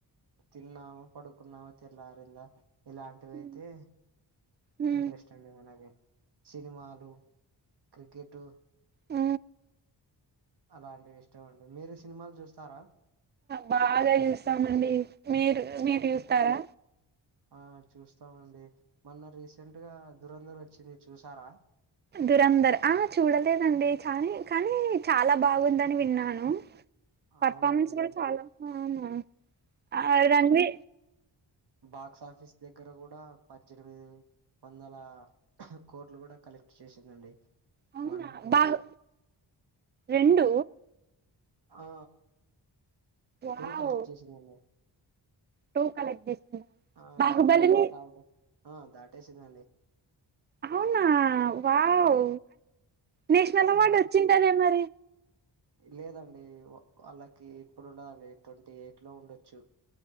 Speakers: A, on the right (about 60°); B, on the right (about 25°).
A: తిన్నమా పడుకున్నామా తెల్లారిందా ఇలాంటివి
B: హ్మ్.
A: అయితే
B: హ్మ్.
A: ఇంట్రెస్ట్ డి మనకి సినిమాలు క్రికెట్
B: ఉ
A: అలాంటివి ఇష్టం అండి మీరు సినిమాలు చూస్తారా
B: బాగా చూస్తామండి మీరు మీరు
A: ఉమ్,
B: చూస్తారా
A: ఆ చూస్తామండి మొన్న రీసెంట్ గా దూరేందర్ వచ్చింది చూసారా
B: దురంధర్ ఆ చూడలేదండి చా కానీ చాలా బాగుందని విన్నాను పర్ఫామెన్స్
A: అవునండి
B: కూడా చాలా అవునా ఆ రన్వి
A: బాక్సఫీస్ దగ్గర కూడా పద్దెనిమిది వందల కోట్లు కూడా కలెక్ట్ చేసిందండి
B: అవునా
A: వన్ టూ
B: బాహు రెండు
A: ఆ
B: వావ్
A: టూ కలెక్ట్ చేసిందండి
B: టూ కలెక్ట్ చేసిందా
A: ఆ
B: బాహుబలిని
A: బాహుబలి రికార్డ్ ఆ దాటేసిందండి
B: అవునా వావ్
A: ఆ
B: నేషనల్ అవార్డు
A: మన
B: వచ్చింటదే మరి
A: లేదండి వాళ్ళకి ఇప్పుడు ఉండదండి ట్వంటీ ఎయిట్ లో ఉండొచ్చు